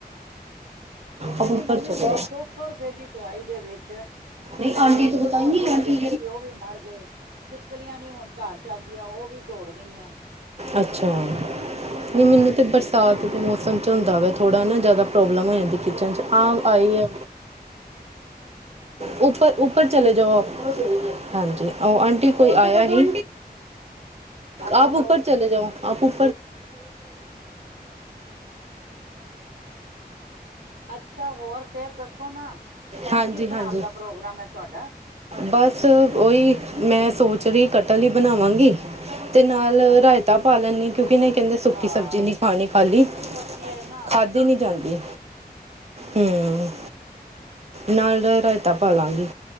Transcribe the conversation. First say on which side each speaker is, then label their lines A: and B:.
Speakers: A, on the right; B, on the right.
A: ਉਹ ਕਹਿੰਦੀ
B: ਆਪ ਉਪਰ
A: ਮੰਮੀ
B: ਚਲੇ
A: ਮੇਰੀ ਦੋ ਸੌ ਰੁਪਏ ਦੀ ਦਵਾਈ ਦੇ ਵਿੱਚ
B: ਨਹ
A: ਮੇਰੇ
B: ਆਂਟੀ ਤੋਂ ਬਤਾਈਏ,
A: ਕੋਕਰੋਚ
B: ਆਂਟੀ
A: ਜਿੰਨੇ ਸੀ ਉਹ ਵੀ ਮਰ ਗਏ ਛਿਪਕਲੀਆਂ ਨੀ ਹੁਣ ਘਰ ਜਾਂਦੀਆਂ ਉਹ ਵੀ ਦੌੜ ਗਈਆਂ
B: ਅੱਛਾ। ਨਹੀ
A: ਹਾਂ
B: ਮੈਨੂੰ ਤਾਂ ਬਰਸਾਤ ਕਿਉਕਿ ਮੋਮਸ ਵਿਚ ਥੋੜ੍ਹਾ ਨਾ ਜ਼ਿਆਦਾ ਪ੍ਰੋਬਲਮ ਹੋ ਜਾਂਦੀ ਕਿਚਨਚ ਹਾਂ
A: ਹਾਂਜੀ
B: ਆਈ ਏ। ਉਪਰ -ਉਪਰ ਚਲੇ ਜਾਓ ਆਪ ਹਾਂਜੀ ਉਹ ਆਂਟੀ ਕੋਈ ਆਇਆ ਹੀ
A: ਹਾਲੇ
B: ਆਪ
A: ਥੋੜੀ
B: ਉਪਰ ਚਲੇ ਜਾਓ ਆਪ <unintelligible>
A: ਅੱਛਾ ਹੋਰ ਫੇਰ ਦੱਸੋ ਨਾ ਹੁਣ
B: ਹਾਂਜੀ
A: ਕੀ ਬਣਾਉਣ
B: -ਹਾਂਜੀ
A: ਦਾ ਪ੍ਰੋਗਰਾਮ ਹੈ ਤੁਹਾਡਾ
B: ਬਸ ਓਹੀ ਮੈਂ ਸੋਚ ਕਟਲ ਹੀ ਬਣਾਵਾਂਗੀ। ਤੇ ਨਾਲ
A: ਅੱਛਾ
B: ਰਾਇਤਾ ਪਾ ਲੈਣੀ। ਕਿਉਂਕਿ ਇਹ ਕਹਿੰਦੇ ਸੁੱਕੀ
A: ਹਾਂ
B: ਸਬਜ਼ੀ ਨਹੀਂ ਖਾਣੀ ਖਾਲੀ,
A: ਸੁੱਕੀ ਸਬਜ਼ੀ ਹੈ ਨਾ
B: ਖਾਧੀ ਨੀ ਜਾਂਦੀ। ਹੂੰ, ਨਾਲ ਰਾਇਤਾ ਪਾ ਲਾਗੀ।